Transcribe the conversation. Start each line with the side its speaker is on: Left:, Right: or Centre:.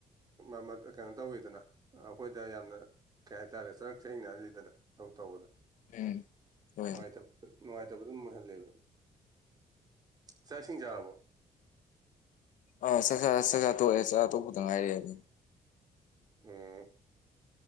Right: ꯃꯥꯟꯅꯞ ꯑꯀꯩꯅꯣ ꯇꯧꯋꯤꯗꯅ ꯑꯩꯈꯣꯏꯗ ꯌꯥꯝꯅ ꯀꯩ ꯍꯥꯏꯇꯥꯔꯦ ꯆꯔꯛ ꯆꯍꯤꯡꯅꯍꯜꯂꯤꯗꯅ ꯊꯕꯛ ꯇꯧꯕꯗ
Left: ꯎꯝ ꯍꯣꯏ
Right: ꯅꯨꯡꯉꯥꯏꯇꯕ__ ꯅꯨꯡꯉꯥꯏꯇꯕꯗꯨꯝ ꯑꯣꯏꯍꯜꯂꯦꯕ ꯆꯥꯛ ꯏꯁꯤꯡ ꯆꯥꯔꯕꯣ
Left: ꯑꯥ ꯆꯥꯛꯆꯥꯔꯦ ꯆꯥꯛꯆꯥ ꯇꯣꯛꯑꯦ ꯆꯥꯛꯆꯥ ꯇꯣꯛꯄꯗ ꯉꯥꯏꯔꯤ ꯍꯧꯖꯤꯛ
Right: ꯎꯝ